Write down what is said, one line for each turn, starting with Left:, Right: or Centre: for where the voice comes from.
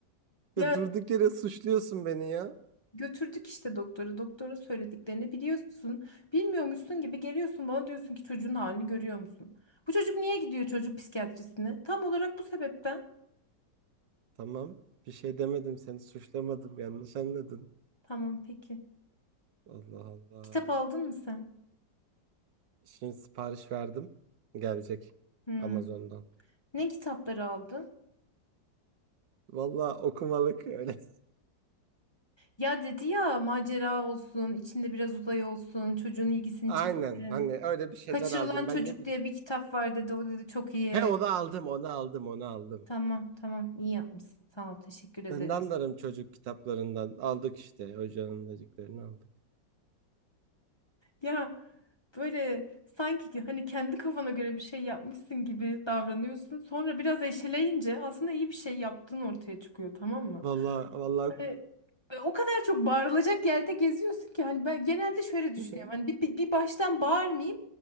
Left: Ya
Right: Ya durduk yere suçluyorsun beni ya.
Left: götürdük işte doktora. Doktorun söylediklerini biliyorsun. Bilmiyormuşsun gibi geliyorsun bana diyorsun ki çocuğun halini görüyor musun? Bu çocuk niye gidiyor çocuk psikiyatrisine? Tam olarak bu sebepten.
Right: Tamam. Bir şey demedim. Seni suçlamadım. Yanlış anladın.
Left: Tamam peki.
Right: Allah Allah.
Left: Kitap aldın mı sen?
Right: Şimdi sipariş verdim. Gelecek
Left: Hmm.
Right: Amazon'dan.
Left: Ne kitapları aldın?
Right: Valla okumalık öyle. <laughs>
Left: Ya dedi ya macera olsun, içinde biraz uzay olsun, çocuğun ilgisini
Right: Aynen.
Left: çeksin.
Right: Hani öyle bir şeyler
Left: Kaçırılan
Right: aldım.
Left: Çocuk
Right: Ben ne bileyim.
Left: diye bir kitap var dedi. O dedi çok iyi.
Right: He onu aldım, onu aldım, onu aldım.
Left: Tamam tamam iyi yapmışsın. Sağ ol teşekkür ederiz.
Right: Ben de anlarım çocuk kitaplarından. Aldık işte. Hocanın dediklerini aldık.
Left: Ya böyle sanki ki hani kendi kafana göre bir şey yapmışsın gibi davranıyorsun. Sonra biraz eşeleyince aslında iyi bir şey yaptığın ortaya çıkıyor tamam mı?
Right: Valla, valla.
Left: E, e, o kadar çok bağırılacak yerde geziyorsun ki hani ben genelde şöyle düşünüyorum.
Right: <laughs>
Left: Hani bir, bir, bir baştan bağırmayayım.